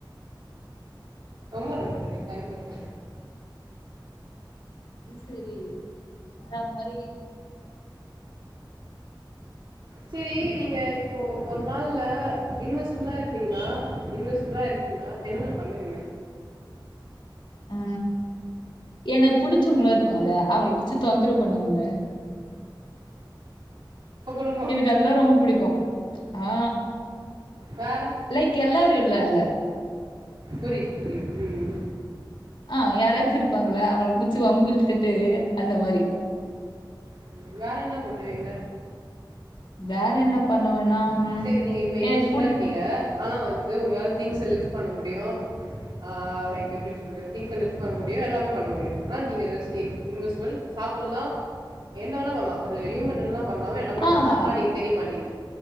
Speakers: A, on the right; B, on the left.
A: ரொம்ப நன்றிங்க தேங்க்யூங்க
B: அது செரி வேற மாரி
A: சேரி நீங்க இப்போ ஒரு நாள்ல இன்வெசிபிளா இருந்தீங்கனா இன்வெசிபிளா இரு ந்தீங்னா என்னென்ன பண்ணுவீங்க
B: ஆ எனக் புடிச்சவுங்ளா இருப்பாங்கள்லையா அவுங்கள புடிச்சு தொந்தரவு பண்ணுவங்க
A: அப்போ கூடமா
B: எனக்கு அதெல்லா ரொம்ப புடிக்கு ஆ
A: வேற
B: லைக் எல்லாரையுல்லா இல்ல
A: புரிது புரிது ம்
B: ஆ யாராச்சு இருப்பாங்கள்ள அவுங்கள புச்சி வம்பிழ்த்திட்டு அந்த மாரி
A: ம் வேற என்ன பண்ணுவீங்க
B: வேற என்ன பண்ணுவன்னா
A: சரி நீங்க இப்ப இன்விசிபிளா
B: எனக்கு புடி
A: இருக்கீங்க. ஆனா வந்து உங்களால திங்க்ஸ் லிஃப்ட் பண்ண முடியு ஆ லைக் எப்டி சொல்றது திங்க லிஃப் பண்ண முடியு எல்லாமே பண்ண முடியு ஆனா நீங்க ரெஸ்ட் இன் இன்விஸ்பிள் சாப்புல்லா என்ன வேனா பண்லா ஒரு யூமன் என்னலா பண்ணாலு எல்லாமே
B: ஆ
A: பண்ணலா ஆனா நீங்க தெரிய மாட்டீங்க